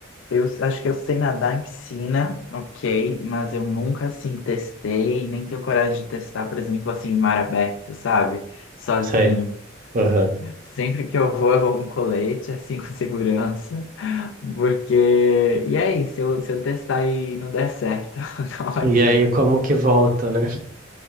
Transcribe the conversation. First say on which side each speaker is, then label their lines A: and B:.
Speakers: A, on the left; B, on the right.
A: eu acho que eu sei nadar em piscina, ok. Mas eu nunca, assim, testei, nem tenho coragem de testar, por exemplo, assim, em mar aberto, sabe? Sozinho.
B: Sei. Aham.
A: Sempre que eu vou, eu vou com colete, assim, <laughs> com segurança. Porque. E aí, se eu, se eu testar e não der certo, <laughs> qual vai
B: E
A: ser?
B: aí como que volta, né?